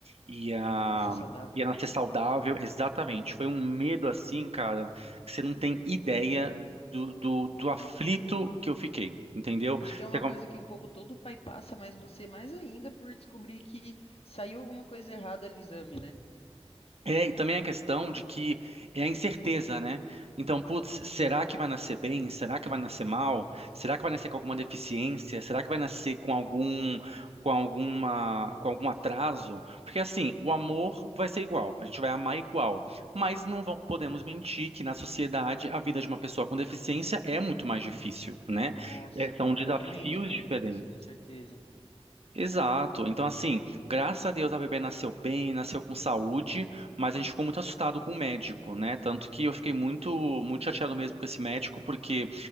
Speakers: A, on the right; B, on the left.
A: ia,
B: Nossa, é saudável,
A: ia
B: né?
A: nascer saudável. Exatamente. Foi um medo assim, cara, que você não tem ideia do, do, do aflito que eu fiquei. Entendeu?
B: Acho que é uma
A: Você
B: coisa que um pouco todo pai passa, mas você mais ainda por descobrir que saiu alguma coisa errada no exame, né?
A: É, e também a questão de que é a incerteza, né? Então, putz, será que vai nascer bem? Será que vai nascer mal? Será que vai nascer com alguma deficiência? Será que vai nascer com algum, com alguma, com algum atraso? Porque assim, o amor vai ser igual, a gente vai amar igual, mas não vão- podemos mentir que na sociedade a vida de uma pessoa com deficiência é muito mais difícil, né?
B: Nossa,
A: É, são
B: completamente
A: desafios
B: mais
A: diferentes.
B: difícil, com certeza.
A: Exato. Então, assim, graças a Deus a bebê nasceu bem, nasceu com saúde, mas a gente ficou muito assustado com o médico, né? Tanto que eu fiquei muito, muito chateado mesmo com esse médico, porque